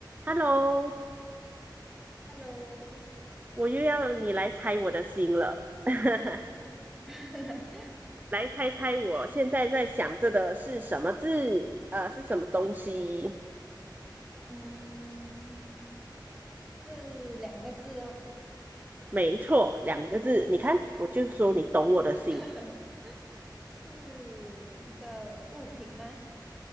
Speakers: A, on the right; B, in the centre.
A: Hello，
B: Hello，
A: 我又要你来猜我的心了，<laughs>
B: <laughs>
A: 来猜猜我现在在想着的是什么字？呃，是什么东西？
B: 嗯，是两个字哦，
A: 没错，两个字。你看，我就说你懂我的心，
B: <laughs> 是一个物品吗？